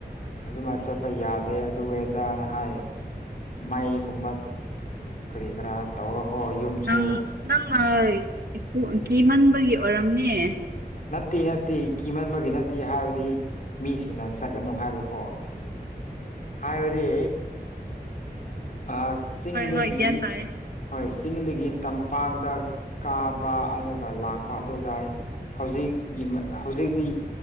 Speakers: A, on the left; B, on the right.
A: ꯑꯗꯨꯃꯥꯏꯅ ꯆꯠꯄ ꯌꯥꯗꯦ ꯑꯗꯨ ꯑꯗꯥꯅ ꯍꯥꯏ ꯫ ꯃꯥꯏꯒꯨꯝꯕ ꯀꯔꯤ ꯀꯔꯥ ꯇꯧꯔꯀꯣ ꯌꯨꯝꯁꯨ
B: ꯅꯪ
A: ꯫
B: ꯅꯪꯅ ꯀꯦ ꯀꯤꯃꯟꯕꯒꯤ ꯑꯣꯏꯔꯝꯅꯦ ꯫
A: ꯅꯠꯇꯦ ꯅꯠꯇꯦ ꯀꯤꯃꯟꯕꯒꯤ ꯅꯠꯇꯦ ꯍꯥꯏꯕꯗꯤ ꯃꯤꯁꯤꯡꯅ ꯆꯠꯒꯅꯨ ꯍꯥꯏꯕꯀꯣ ꯫ ꯍꯥꯏꯕꯗꯤ ꯑꯥ ꯆꯤꯡꯗꯒꯤ
B: ꯍꯣꯏ ꯍꯣꯏ ꯒ꯭ꯌꯥꯟ ꯇꯥꯏꯌꯦ
A: ꯍꯣꯏ ꯆꯤꯡꯗꯒꯤ ꯇꯝꯄꯥꯛꯇ ꯀꯥꯕ ꯑꯗꯨꯒ ꯂꯥꯛꯄ ꯑꯗꯨꯗꯥꯏ ꯍꯧꯖꯤꯛ ꯒꯤ ꯍꯧꯖꯤꯛꯇꯤ